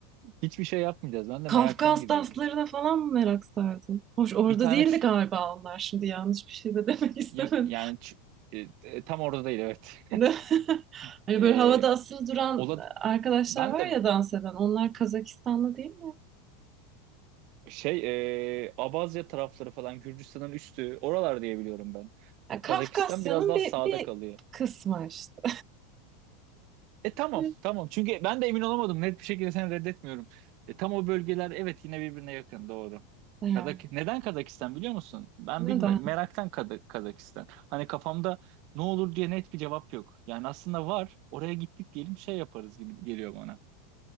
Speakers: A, on the right (about 40°); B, on the right (about 20°).
A: Hiçbir şey yapmayacağız. Ben de
B: Kafkas
A: meraktan gidiyorum.
B: danslarına falan mı merak sardın? Hoş
A: Bir
B: orada
A: tane
B: değildi
A: ç-
B: galiba onlar. Şimdi yanlış bir şey de <laughs> demek istemedim.
A: yak yani ç- e, e, tam orada değil evet.
B: De- <laughs>
A: <laughs>
B: Hani
A: e,
B: böyle havada asılı duran
A: Ola
B: arkadaşlar
A: ben
B: var
A: de
B: ya dans eden. Onlar Kazakistanlı değil mi?
A: şey e, Abazya tarafları falan Gürcistan'ın üstü oralar diye biliyorum ben.
B: Ya Kafkasya'nın
A: Kazakistan biraz daha
B: bir,
A: sağda
B: bir
A: kalıyor.
B: kısmı işte.
A: E tamam
B: <laughs>
A: tamam çünkü ben de emin olamadım net bir şekilde seni reddetmiyorum. E, tam o bölgeler evet yine birbirine yakın doğru.
B: Evet.
A: Kazak neden Kazakistan biliyor musun? Ben
B: Neden?
A: bilme meraktan Kada- Kazakistan. Hani kafamda ne olur diye net bir cevap yok. Yani aslında var oraya gittik diyelim şey yaparız gibi geliyor bana.